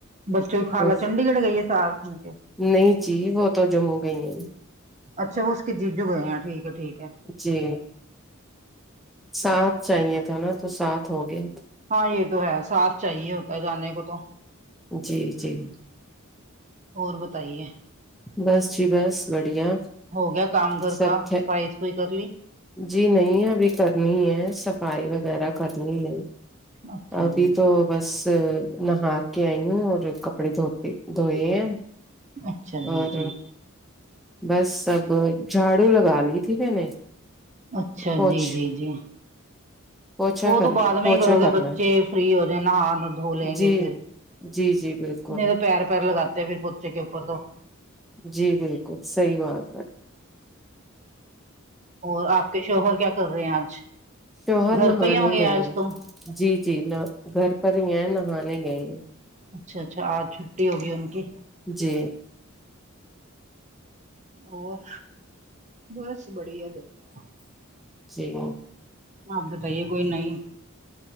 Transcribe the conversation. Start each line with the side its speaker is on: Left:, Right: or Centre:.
Right: بچوں کی خالہ
Centre: تو
Right: چنڈی گڑھ گئی ہے سار سن کے
Centre: نہیں جی وہ تو جموں گئی ہیں
Right: اچھا وہ اس کے جیجو گئے ہیں ٹھیک ہے ٹھیک ہے
Centre: جی سات صحیح ہے تو نا سات ہو گئے
Right: ہاں یہ تو ہے ساتھ چاہیے ہوتا ہے جانے کو تو
Centre: جی جی
Right: اور بتائیے
Centre: بس جی بس بڑھیا
Right: ہو گیا کام گھر
Centre: سب
Right: کا صفای سفائی کر لی
Centre: جی نہیں ابھی کرنی ہے صفائی وغیرہ کرنی ہے
Right: اچھا
Centre: ابھی
Right: جی
Centre: تو بس نہا کے آئی ہوں اور کپڑے دھوتے دھوئے ہیں
Right: اچھا جی
Centre: اور
Right: جی
Centre: بس سب جھاڑو لگا لی تھی میں
Right: اچھا
Centre: پوچھ
Right: جی جی جی
Centre: پوچھا
Right: وہ
Centre: کر
Right: تو بعد میں
Centre: پوچھا
Right: ہی کرو گے
Centre: کرنا
Right: بچے
Centre: ہے
Right: فری ہو جائ نہ ہار دھو لیں
Centre: جی
Right: گے پھر
Centre: جی جی بالکل
Right: نہیں پیر پر لگاتے ہیں پھر بچے کے اوپر تو
Centre: جی بالکل صحیح بات ہے
Right: اور آپ کے شوہر کیا کر رہے ہیں آج
Centre: شوہر
Right: گھر
Centre: نہانے
Right: پہ ہی ہوں گے
Centre: گئے
Right: آج
Centre: ہیں
Right: تو
Centre: جی جی نہ گھر پر ہی ہیں نہانے گئے ہیں
Right: اچھا اچھا آج چھٹی ہوگی ان کی
Centre: جی
Right: اور بس بڑھیا بڑھیا
Centre: جی
Right: آپ بتائیے کوئی نہیں